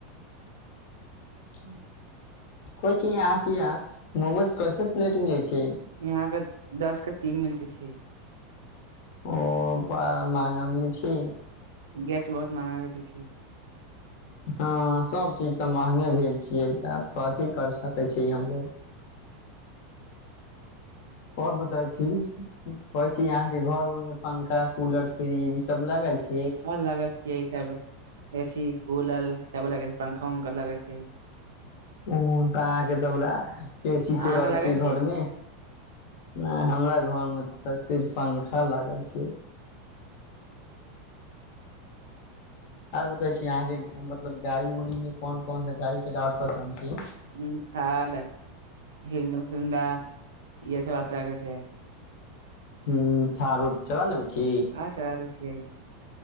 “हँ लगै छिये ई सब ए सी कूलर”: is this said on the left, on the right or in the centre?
Right